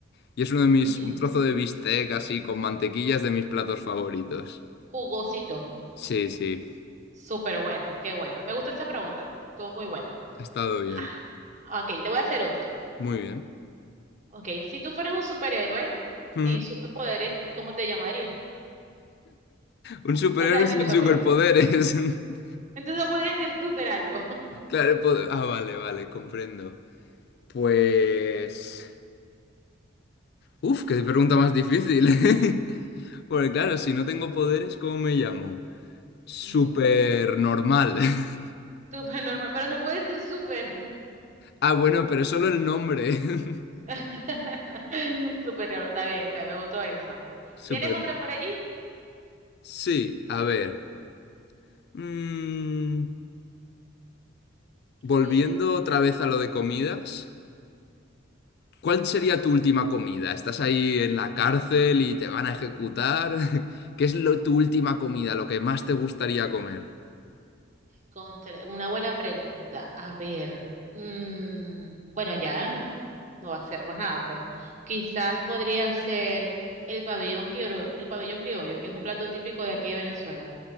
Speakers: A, on the left; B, on the right.
A: y es uno de mis,
B: Ujú.
A: un trozo de bistec así con mantequilla es de mis platos favoritos.
B: Jugosito.
A: Sí, sí,
B: Súper bueno, qué bueno. Me gusta esa pregunta. Estuvo muy buena.
A: ha estado bien,
B: Ajá. Ok, te voy a hacer otra.
A: muy bien.
B: Ok, si tú fueras un superhéroe
A: Mm.
B: sin superpoderes, ¿cómo te llamarías?
A: Un superhéroe
B: <laughs> O sea, sin
A: sin
B: superpoderes.
A: superpoderes. <laughs>
B: Entonces no podría ser super algo. <laughs>
A: Claro, po- ah, vale, vale, comprendo. Pues, uf, qué pregunta más difícil. <laughs> Porque claro, si no tengo poderes, ¿cómo me llamo? Super
B: Ujú,
A: normal. <laughs>
B: Super normal, pero no puede ser super.
A: Ah, bueno, pero solo el nombre. <laughs>
B: <laughs> Super normal, está bien, está bien, me gustó esa.
A: Súper.
B: ¿Tienes otra por allí?
A: Sí, a ver. Mm, volviendo
B: A ver.
A: otra vez a lo de comidas. ¿Cuál sería tu última comida? ¿Estás ahí en la cárcel y te van a ejecutar? <laughs> ¿Qué es lo, tu última comida, lo que más te gustaría comer?
B: Contra- Una buena pregunta. A ver, mm, bueno, ya ¿eh? no va a ser más nada, pues. Quizás podría ser el pabellón, criollo, el pabellón criollo, que es un plato típico de aquí de Venezuela.